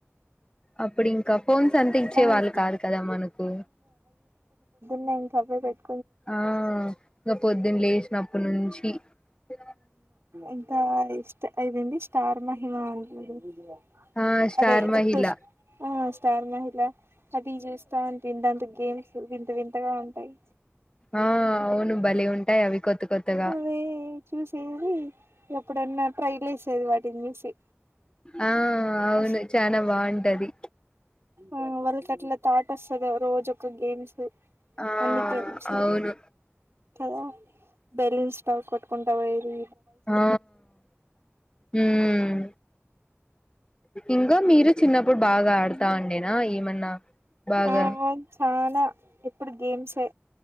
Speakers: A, on the left; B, on the right.
A: అప్పుడు ఇంకా ఫోన్స్ అంతా ఇచ్చే
B: అవి
A: వాళ్ళు కాదు కదా మనకు
B: న సబే పెట్
A: ఆ ఇంకా పొద్దున లేసినప్పడు నుంచిడి మంచి
B: ఇంత ఇష్ట ఇదండి స్టార్ మహిమ అంత
A: ఆ స్టార్
B: అదేష్
A: మహిళ
B: స్టార్ మహిళ అది చేస్తాని తింత గేమ్స్ వింత వింతగా ఉంటాయి
A: ఆ అవును బలి ఉంటాయి అవి కొత్త కొత్తగా
B: అవే చూసేది ఎప్పుడన్నా ట్రైల్ వసేది వాటిని చూసి
A: ఆ అవును
B: అస్
A: చానా బాంట టది
B: ఆ వళ్ళకట్ల థాట్ వస్తది రోజూ గేమ్స్
A: ఆ
B: అన్ని గేమ్స్
A: అవును
B: కదా బెలిన్ స్టవ్ కొట్టుకుంటా పోయది
A: ఆ మ్మ్ ఇంగ మీరు చిన్నప్పుడు బాగా ఆడతా అండేనా ఏమన్నా బాగా
B: ఆ చాలా ఎప్పుడు గేమ్స్ఎ